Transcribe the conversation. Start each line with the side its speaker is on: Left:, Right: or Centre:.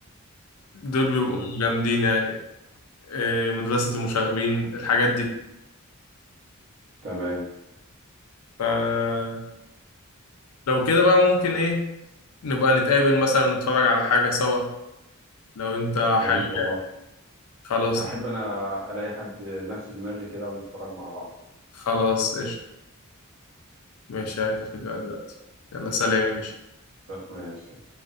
Left: دول بيبقوا
Right: امم
Left: جامدين يعني إيه، مدرسة المشاغبين الحاجات دي
Right: تمام
Left: فلو كده بقى ممكن ايه نبقى نتقابل مثلا نتفرج على حاجة سوا لو انت
Right: يا
Left: حابب
Right: ريت والله
Left: يعني. خلاص
Right: احب انا الاقي حد نفس دماغي كده ونتفرج مع بعض
Left: خلاص قشطة ماشي يعني في دلوقتي يلا سلام يا باشا
Right: ماشي